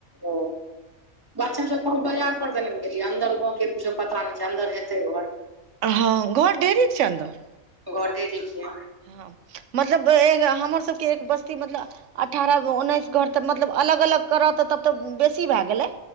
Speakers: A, on the right (about 15°); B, on the right (about 65°).
A: ओ बात छै हम सभ कोऊ बजार, तऽ ने गेलियै। अन्दर गाव के कुछो पता नहि छै। अन्दर हेतै घर।
B: ह घर ढेरी छै अन्दर।
A: घर ढेरी छै।
B: ह, मतलब ए गे, हमर सभके एक बस्ती मतलब, अठारह उन्नैस घर तऽ, मतलब अलग अलग करऽ तऽ तब तऽ बेसी भए गेले।